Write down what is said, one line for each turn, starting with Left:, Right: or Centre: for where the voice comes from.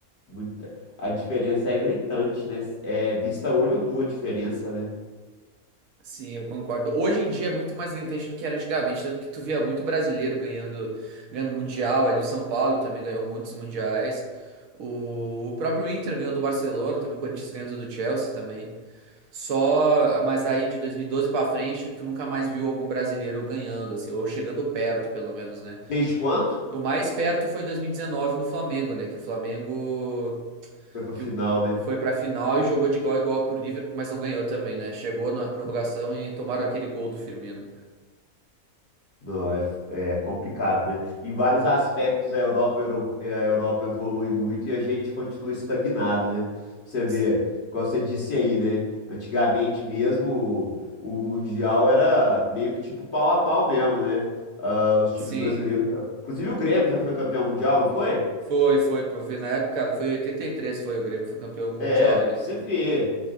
Left: muito. A diferença é gritante, né? É vista a olho nu a diferença, né?
Right: Sim, eu concordo. Hoje em dia é muito mais gritante do que era antigamente, tanto que tu via muito brasileiro ganhando, ganhando mundial, ali o São Paulo também ganhou muitos mundiais. O, o próprio Inter ganhou do Barcelona, também o Corinthians ganhando do Chelsea também. Só, mas aí de 2012 pra frente, tu nunca mais viu algum brasileiro ganhando assim, ou chegando perto, pelo menos, né?
Left: Desde quando?
Right: O mais perto foi 2019 no Flamengo, né, que o Flamengo
Left: Foi pra
Right: que
Left: final,
Right: o-
Left: né?
Right: foi pra final e jogou de igual a igual pro Liverpool, mas não ganhou também, né? Chegou na prorrogação e tomaram aquele gol do Firmino.
Left: Não, é, é complicado, né? Em vários aspectos, a Europa, euro- eh, a Europa evolui muito e a gente continua estagnado, né? Pra você ver,
Right: S-
Left: igual você disse aí, né? Antigamente mesmo, o, o Mundial era meio que tipo pau a pau mesmo, né? Ah, os times
Right: Sim,
Left: brasileiros. Inclusive o Grêmio já foi campeão mundial, não foi?
Right: foi, foi. co- vi Na época, foi em 83, foi o Grêmio, foi campeão mundial
Left: É, pra
Right: ali.
Left: você ver.